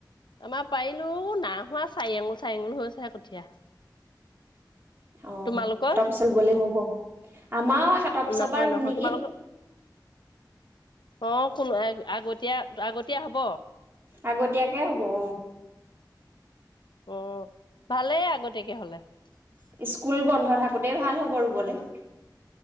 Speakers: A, on the left; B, on the right.
A: আমাৰ পাৰিলো না হোৱা চাইি আঙুল চাৰিঙুল হৈ হৈছেহে কঠীয়া
B: অ
A: তোমালোকৰ
B: সাতৰ পিছত গলে হ'ব আমাৰও সাতৰ পিছৰ
A: নহয়
B: পৰা ৰুম
A: নহয়
B: নেকি
A: তোমালোকৰ অ কোনো আগতীয়া আগতীয়া হব
B: আগতীয়াকে হব অ
A: অ ভালেই আগতাকে হলে
B: স্কুল বন্ধ থাকোতেই ভাল হ'ব ৰুবলৈ